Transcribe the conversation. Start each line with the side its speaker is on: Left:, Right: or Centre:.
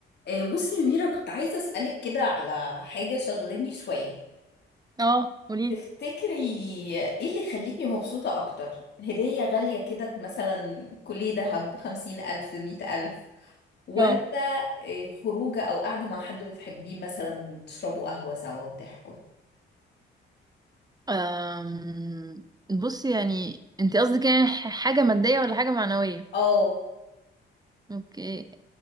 Left: آه، بصي يا ميرا كنت عايزة أسألك كده على حاجة شغلاني شوية
Right: اه قولي
Left: تفتكري ايه اللي يخليكي مبسوطة أكتر؟ هدية غالية كده مثلا كلية دهب خمسين ألف مية ألف ولا
Right: اه
Left: آه، خروجة أو قاعدة مع حد بتحبيه مثلا تشربوا قهوة سوا وتحكوا
Right: أم... بصي يعني انت قصدك يعني ح- حاجة مادية ولا حاجة معنوية
Left: اه
Right: اوكي